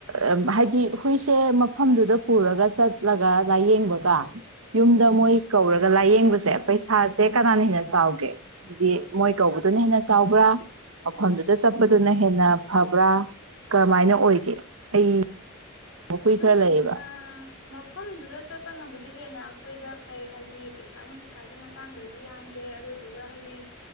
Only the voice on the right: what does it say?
ꯑ ꯍꯥꯏꯗꯤ ꯑꯩꯈꯣꯏꯁꯦ ꯃꯐꯝꯗꯨꯗ ꯄꯨꯔꯒ ꯆꯠꯂꯒ ꯂꯥꯏꯌꯦꯡꯕꯒ ꯌꯨꯝꯗ ꯃꯣꯏ ꯀꯧꯔꯒ ꯂꯥꯏꯌꯦꯡꯕꯁꯦ ꯄꯩꯁꯥꯁꯦ ꯀꯅꯥꯅ ꯍꯦꯟꯅ ꯆꯥꯎꯒꯦ ꯍꯥꯏꯗꯤ ꯃꯣꯏ ꯀꯧꯕꯗꯨꯅ ꯍꯦꯟꯅ ꯆꯥꯎꯕ꯭ꯔꯥ ꯃꯐꯝꯗꯨꯗ ꯆꯠꯄꯗꯨꯅ ꯍꯦꯟꯅ ꯐꯕ꯭ꯔꯥ ꯀꯃꯥꯏꯅ ꯑꯣꯏꯒꯦ ꯑꯩ ꯍꯨꯏ
ꯈꯔ ꯂꯩꯌꯦꯕ